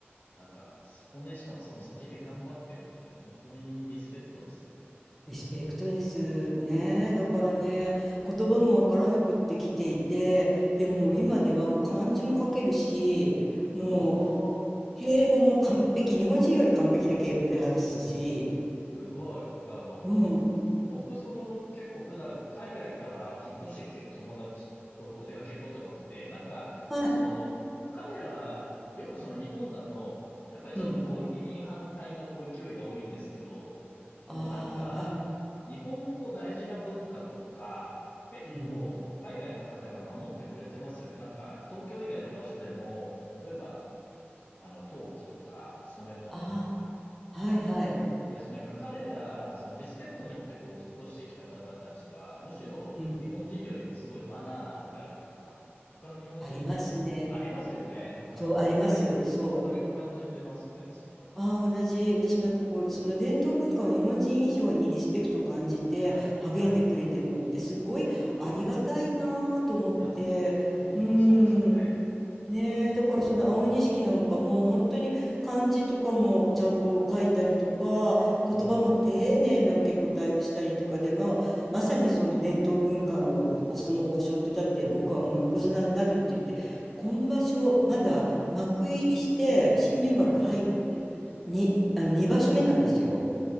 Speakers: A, on the left (about 55°); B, in the centre.
A: なんか、そこで、しかもその先で頑張ってるって本当にリスペクトですよね。
B: リスペクトです。ね、
A: うん。
B: だからね、言葉もわからなくって来ていて、でも今ではもう漢字も書けるし、
A: うん。
B: もう
A: すごー。
B: 敬語も完璧、日本人より完璧な敬語で話すし、
A: すごい。あの、
B: うん、
A: 僕、その、結構普段、海外から引っ越してきてる友達とこう出かけることが多くて、なんか、
B: はい、
A: その、彼ら、よくその日本だと、やっぱりちょっとこう移民反対のこう勢いが多いんですけど、
B: うん、
A: でもなんか、
B: ああ、はい、
A: 日本のこう大事な文化とか、結構海外の方が守ってくれてますよね。
B: うん、
A: なんか、東京以外の場所でも、例えば、あの、陶器とか染め物とか、
B: ああ、はいはい、
A: 私なんか彼ら、そのリスペクト持ってこう引っ越してきた方たちは、むしろ日本人よりもすごいマナーがあるというか、
B: うん、
A: 他の日本人に対してもありますよね。
B: ありますね。
A: なんか僕最近それ感じてますね、
B: そう、あります。そう。
A: すごい。
B: ああ、同じ。私もなんかこう、その伝統文化を日本人以上にリスペクトを感じて励んでくれてるのってすごいありがたいなあと思って。
A: はい、はい。いや、本当にそうですよね。
B: うーん。ねえ、
A: だから、
B: だからその青錦なんかもう本当に漢字とかもちゃんと書いたりとか、
A: うん、
B: 言葉も丁寧な受け答えをしたりとかで、
A: うん、
B: まあ、まさにその伝統文化のお相撲を背負ってたって、僕はもう横綱になるって言って、
A: うん、
B: 今場所まだ幕入りして新入幕入ってにあの2場所目なんですよ。
A: はい。